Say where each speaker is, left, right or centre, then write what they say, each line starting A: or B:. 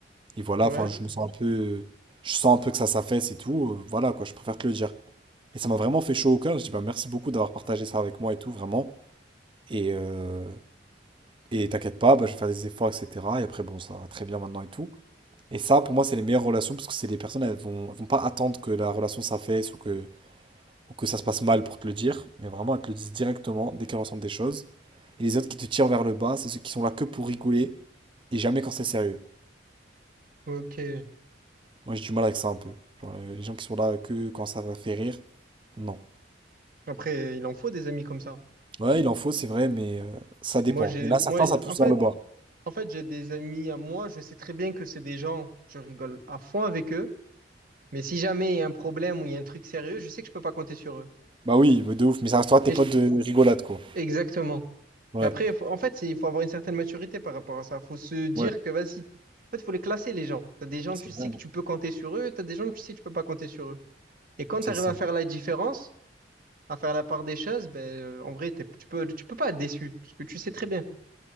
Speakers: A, on the right; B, on the right.
A: Et voilà,
B: Ouais.
A: enfin, je me sens un peu, je sens un peu que ça s'affaisse et tout, euh, voilà, quoi, je préfère te le dire. Et ça m'a vraiment fait chaud au cœur, je dis, bah merci beaucoup d'avoir partagé ça avec moi et tout, vraiment. Et, euh, et t'inquiète pas, bah, je vais faire des efforts, etc. Et après, bon, ça va très bien maintenant et tout. Et ça, pour moi, c'est les meilleures relations, parce que c'est les personnes, elles vont, elles vont pas attendre que la relation s'affaisse ou que ou que ça se passe mal pour te le dire, mais vraiment, elles te le disent directement dès qu'elles ressentent des choses. Et les autres qui te tirent vers le bas, c'est ceux qui sont là que pour rigoler et jamais quand c'est sérieux.
B: Ok.
A: Moi, j'ai du mal avec ça un peu. Genre, euh, les gens qui sont là que quand ça va faire rire, non.
B: Après, il en faut des amis comme ça.
A: Ouais, il en faut, c'est vrai, mais euh, ça
B: Parce
A: dépend.
B: que moi, j'ai,
A: Il y en a
B: moi,
A: certains,
B: j'ai-
A: ça
B: en
A: pousse
B: fait,
A: vers le bas.
B: en fait, j'ai des amis à moi. Je sais très bien que c'est des gens, je rigole à fond avec eux. Mais si jamais il y a un problème ou il y a un truc sérieux, je sais que je peux pas compter sur eux.
A: Bah oui, mais de ouf, mais ça restera tes
B: Et
A: potes
B: je-
A: de rigolade, quoi.
B: exactement.
A: Ouais,
B: Mais après, faut- en fait, c'est- il faut avoir une certaine maturité par rapport à ça. faut se dire
A: ouais,
B: que, vas-y, en fait, il faut les classer, les gens. t'as des gens,
A: c'est
B: tu sais
A: vrai,
B: que tu peux compter sur eux, t'as des gens, tu sais que tu peux pas compter sur eux. Et quand
A: c'est
B: tu arrives
A: ça.
B: à faire la différence, à faire la part des choses, ben, euh, en vrai, t'es- tu peux, tu peux pas être déçu, parce que tu sais très bien.